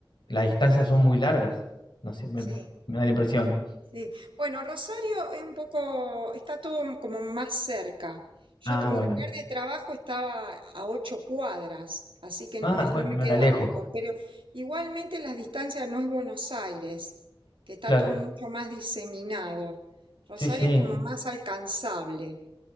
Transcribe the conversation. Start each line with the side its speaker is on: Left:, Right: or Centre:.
Left: las distancias son muy largas. No sé, me,
Right: sí.
Left: me da la impresión.
Right: Sí, bueno, Rosario es un poco, está todo como más cerca. Yo,
Left: Ah,
Right: te- mi
Left: bueno.
Right: lugar de trabajo estaba a ocho cuadras, así que no
Left: Ah,
Right: me,
Left: bueno,
Right: no me
Left: me
Right: quedaba
Left: la alejo.
Right: lejos, pero igualmente las distancias no es Buenos Aires, que está
Left: Claro,
Right: todo mucho más diseminado. Rosario
Left: sí, sí,
Right: es como más alcanzable.